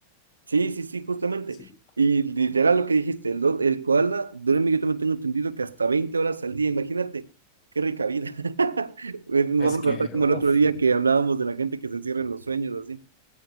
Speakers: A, on the right; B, on the left.
A: Sí, sí, sí, justamente.
B: Sí.
A: Y literal lo que dijiste, el, do- el koala duerme, yo también tengo entendido que hasta 20 horas al día, imagínate, qué rica vida. <laughs> Nos
B: Es
A: vamos
B: que,
A: a estar como
B: uf,
A: el otro día que hablábamos de la gente que se encierra en los sueños, así.